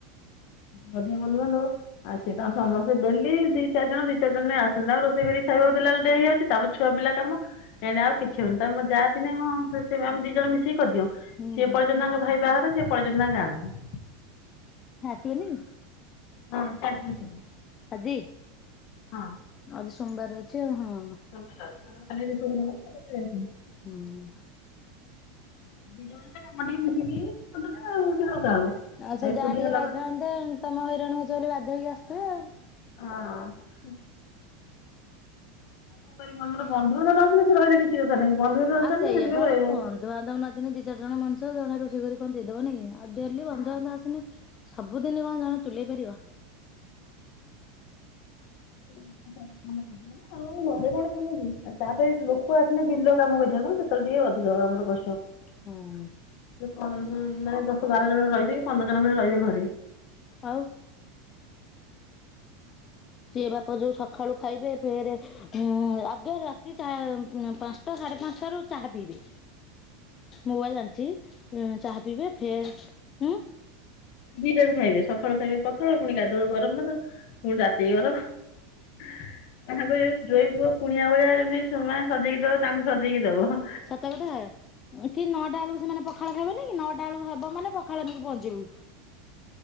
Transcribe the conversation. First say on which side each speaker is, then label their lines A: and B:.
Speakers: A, on the left; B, on the left.
A: ଗଧେ ବନ୍ଧୁ ବାନ୍ଧବ ଆସି ତ ସମସ୍ତେ ଡେଲି ଦି ଚାରି ଜଣ ଦିଇ ଚାରି ଜଣ ନାଖେ ଆସୁଚନ୍ତି। ତାଙ୍କୁ ରୋଷେଇ କରିକି ଖାଇବାକୁ ଦେଲାବେଳକୁ ଡ଼େରି ହେଇଯାଉଚି ତାପ ଛୁଆ ପିଲା କାମ ଏଣେ ଆଉ କିଛି ହବନି ତାପରେ ମୋ ଯା ଥିଲେ ହଁ ସେ ଆମେ ଦି ଜଣ ମିଶିକି କରିଦିଅଁ।
B: ହୁଁ
A: ସିଏ ପଳେଇଚନ୍ତି ତାଙ୍କ ଭାଇ ବାହାଘର ସେ ପଳେଇଚନ୍ତି ତାଙ୍କ ଗାଁ କୁ।
B: ସେ ଆସିବେନି?
A: ହଁ କାଜି ଆସିବେ।
B: ଆଜି?
A: ହଁ।
B: ଆଜି ସୋମବାରେ ଅଛି ଆଉ ହଁ।
A: <unintelligible>
B: ହୁଁ।
A: ଦି ଜଣ ହେଲେ କାମ ଟିକେ ମିଶିକି କରିଦେଲେ ଆଉ ଟିକେ ହାଲୁକା ହେବ
B: ଆଉ ସେ
A: ଏକୁଟିଆ
B: ଯାହା ଟିକେ
A: ହେଲା
B: ରହିଥାନ୍ତେ
A: ମାନେ
B: ତମ ହଇରାଣ ହଉଚ ବୋଲି ବାଧ୍ୟ ହେଇକି ଆସଥୁବେ ଆଉ।
A: ହଁ। ଆଉ କଣ କରିବି ମୁଁ ଆମର ବନ୍ଧୁବାନ୍ଧବ ନଆସିଲେ ସେ ରହିବା ରେ କିଛି କଥା ନାହିଁ ବନ୍ଧୁବାନ୍ଧବ ଆସୁଛନ୍ତି
B: ଆ ସେଇଆ
A: ତ ସେଥିପାଇଁ
B: ପା
A: ରହିହବନି।
B: ବନ୍ଧୁବାନ୍ଧବ ନଆସିନେ ଦି ଚାରି ଜଣ ମଣିଷ ଜଣେ ରୋଷେଇ କରି କଣ ଦେଇଦବ ନାଇଁ କି ଆଉ ଡେଲି
A: ରହିବେ
B: ବନ୍ଧୁବାନ୍ଧବ ଆସିନେ ସବୁଦିନି କଣ ଜଣେ ତୁଲେଇ ପାରିବ?
A: <inaudible> ତମ ଘରେ କଣ କାମ କି। ଆଉ ତାପରେ ଲୋକ ଆସିଲେ ବିଲ କାମ କରିବାକୁ ସେତେବେଳେ ଟିକେ ଅଧିକ ଆମର କଷ୍ଟ।
B: ହୁଁ।
A: ସେ ପନ୍ଦର ଦିନି ନାଖେ ଦଶ ବାର ଜଣ ରହିବି ପନ୍ଦର ଜଣ ପୁଣି ରହିବେ ଘରେ।
B: ଆଉ ସିଏ ବାପ ଯୋଉ ସକାଳୁ ଖାଇବେ ଫେରେ ଉଁ ଆଗେ ରାତି ଚା ପାଁଶଟା ସାଢେ ପାଁଶଟାରୁ ଚାହା ପିଇବେ। ମୁଁ ବାଆ ଜାଣଚି ଏଁ ଚାହା ପିଇବେ ଫେର୍ ଉଁ
A: ଦି ଟାଇମ୍ ଖାଇବେ ସଖାଳୁ ଖାଇବେ ପଖାଳ ଫୁଣି ଗଧୁଆବେଳକୁ ଗରମ ଭାତ ଫୁଣି ରାତି ବି ଗରମ ତାଙ୍କ ଯୋଉ ଜୋଇଁ ପୁଅ କୁଣିଆ ଭଳିଆ ଯେମିତି ସେମା ସଜେଇକି ଦବ ତାଙ୍କୁ ସଜେଇକି ଦବ ହଁ।
B: ସତକଥା କି ନଅଟା ବେଳୁକୁ ସେମାନେ ପଖାଳ ଖାଇବେନି କି ନଅଟା ବେଳୁକୁ ହେବ ମାନେ ପଖାଳ ନେଇକି ପହଞ୍ଚିବୁ।